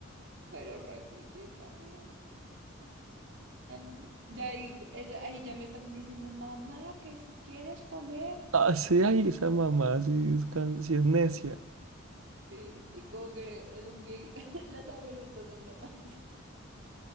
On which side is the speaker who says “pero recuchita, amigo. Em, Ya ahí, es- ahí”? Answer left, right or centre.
Right